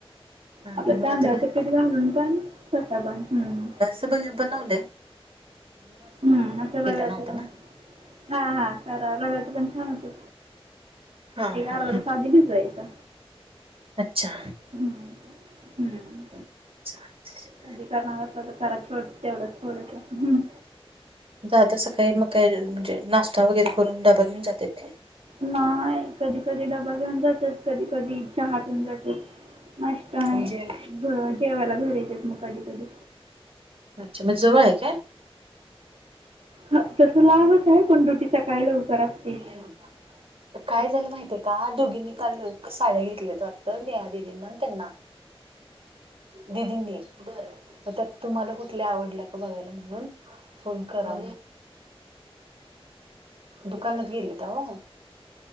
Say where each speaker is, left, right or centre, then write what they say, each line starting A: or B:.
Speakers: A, on the right; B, on the right.
A: ह
B: आपलं
A: मग
B: तांदळाचं
A: आता काय
B: पीठ घालुन पण तसं पण हम
A: बने बनवले त
B: हम् असं रव्याचं
A: नव्हतं
B: पण..
A: ना
B: हा हा करा रव्याचं पण छान होत ये
A: हा
B: एक
A: हा
B: अर्धा तास आधी भिजवायचं
A: अच्छा
B: हम्म. हम्म.
A: चालतंय
B: कधी करणार असं तर खरा छोड तेवढंच थोडंस
A: जातो सकाळी मग काय म्हणजे नाश्ता वगैरे करून डबा घेऊन जातेत.
B: नाय कधी कधी डबा घेऊन जातत्यात कधी कधी चहा पीऊन जातात. नाष्टा नाही
A: म्हणजे
B: जेवायला घरा येतेत मग कधी कधी.
A: अच्छा मग जवळ आहे काय?
B: ह तस लांबच आहे पण दूटी सकाळी लवकर असते.
A: <unintelligible> काय झालं माहितीये का दोघींनी काल साड्या घेतल्यात वाटत देया दिदींना त्यांना दिदींनी त्यात तुम्हाला कुठली आवडल्या का बघायला म्हणून फोन करा. दुकानात गेलेत हो